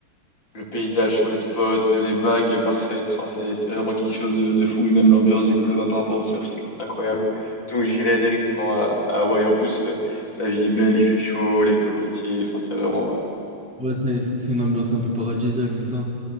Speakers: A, on the left (about 60°); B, in the centre.
A: le paysage sur les spots, les vagues parfaites. Enfin, c'est c'est vraiment quelque chose de, de fou et même l'ambiance du coup là-bas par rapport au surf, c'est incroyable. Donc j'irai directement à, à Hawaï. En plus, euh, la vie est belle, il fait chaud, les cocotiers. Enfin, c'est vraiment.
B: Ouais, c'est c'est- c'est une ambiance un peu paradisiaque, c'est ça?